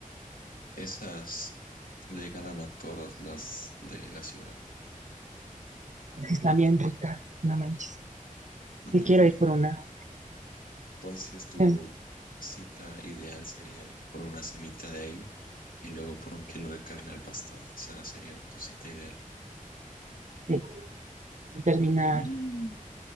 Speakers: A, on the left; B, on the right.
A: esas le ganan a todas las de la ciudad.
B: Es que están bien ricas, no manches.
A: <laughs>
B: Me quiero ir por una.
A: Entonces, tu
B: Sí,
A: cita ideal sería ir por una semita de ahí y luego por un kilo de carne al pastor. Esa sería tu cita ideal.
B: sí. y terminar,
A: Mm.